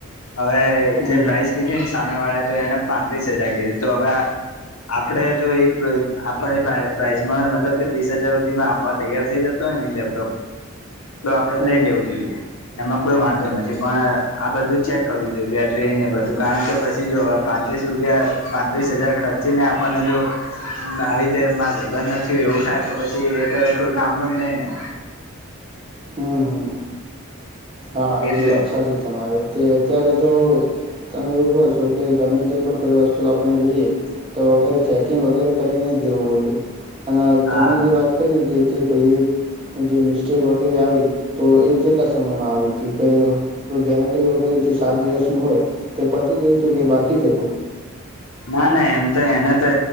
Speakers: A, on the left; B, on the right.
A: હવે
B: હમ
A: જે
B: હમ
A: પ્રાઇસ કીધી ને સામે વાળા તો એને પાંત્રીસ હજાર કીધી તો હવે આપડે જો એ આપણે પ્રા પ્રાઇસમાં મતલબ કે ત્રીસ હજાર હુધીમાં <inaudible> તૈયાર થઇ જતો હોય ને લેપટોપ તો આપડે
B: હમ
A: લઈ લેવું જોઈએ એમાં કોઈ વાંધો નથી. છે પણ આ બધું ચેક કરવું જોઈએ. બેટરીને બધું કારણ કે પછી જો હવે પાંત્રીસ રૂપિયા પા ત્રીસ હજાર ખર્ચીને આપણને જો આવી રીતે માગબંધ નથી થ એવું થાય તો પછી એ તો એક કામનું જ નહી ને.
B: હમ હમ હા
A: એટલે
B: એ વાત સાચી તમારી તે અત્યારે તો તમે એવું કહો છો કે ગમે તે પણ કોઈ વસ્તુ આપણે લઈએ તો વગેરે ચેકિંગ વગેરે કરીને જ લેવું વગેરે અને
A: હા
B: તમે જે વાત કરી કે કે પ જે મિસ્ટેક વગેરે આવી તો એ કેટલા સમયમાં આવી હતી? કંઈ ગેરંટી વગેરે જે સાત દિવસનું હોય તે પતી ગયું હતું કે બાકી જ હતું?
A: ના ના એમ તો એને તો